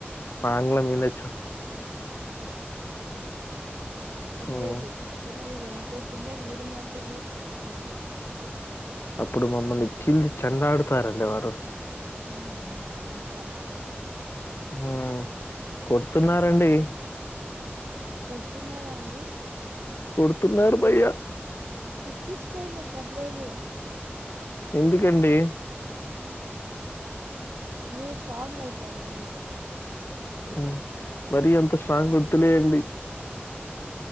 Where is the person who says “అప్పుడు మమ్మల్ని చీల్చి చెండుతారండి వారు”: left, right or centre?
Left